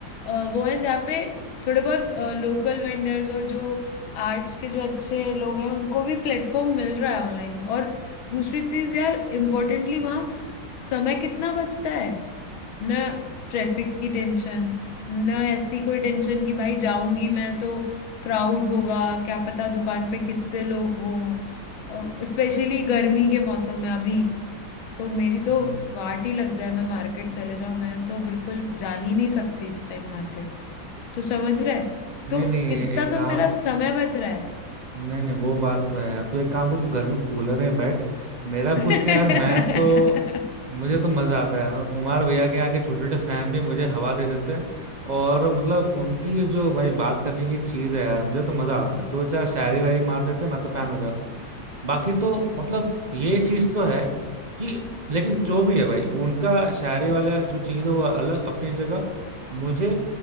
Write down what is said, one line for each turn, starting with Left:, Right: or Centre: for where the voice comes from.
Left: अ, वो हैं जहाँ पे थोड़े बहुत लोकल वेंडर्स और जो आर्ट्स के जो अच्छे लोग हैं उनको भी प्लेटफॉर्म मिल रहा है ऑनलाइन और दूसरी चीज यार इम्पोर्टेंटली वहाँ समय कितना बचता है ना ट्रैफिक की टेंशन ना ऐसी कोई टेंशन कि भाई जाऊंगी मैं तो क्राउड होगा क्या पता दुकान पे कितने लोग हों स्पेशली गर्मी के मौसम में अभी तो मेरी तो
Right: हम्म।
Left: वाट ही लग जाए मैं मार्केट चले जाऊं मैं तो बिल्कुल जा ही नहीं सकती इस टाइम मार्केट तो समझ रहा है
Right: नहीं
Left: तो
Right: नहीं
Left: कितना
Right: एक काम
Left: तो मेरा समय बच रहा है
Right: नहीं नहीं वो बात तो है यार तू एक काम कर तू घर में कूलर में बैठ मेरा कुछ
Left: <laughs>
Right: नहीं यार मैं तो मुझे तो मजा आता है यार मतलब कुमार भैया के यहाँ के छोटे छोटे फैन भी मुझे हवा दे देते हैं और मतलब उनकी जो भाई बात करने की चीज है यार मुझे तो मजा आता है दो चार शायरी वायरी मार देते हैं मैं तो फैन हो जाता हूँ बाकी तो मतलब ये चीज तो है कि लेकिन जो भी है भाई वो उनका शायरी वाला जो चीज है वो अलग अपनी जगह मुझे